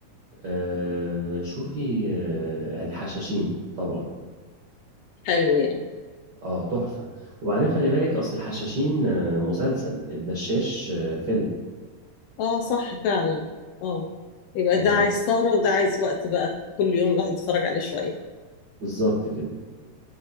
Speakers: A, on the right; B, on the left.
A: أه، شوفي أه، الحشاشين طبعا
B: حلو يعني
A: اه تحفة وبعدين خلي بالك اصل الحشاشين أه، مسلسل الدشاش أه، فيلم
B: اه صح فعلا اه يبقى
A: يعني
B: ده عايز سهرة وده عايز وقت بقى كل يوم الواحد يتفرج عليه شوية
A: بالظبط كده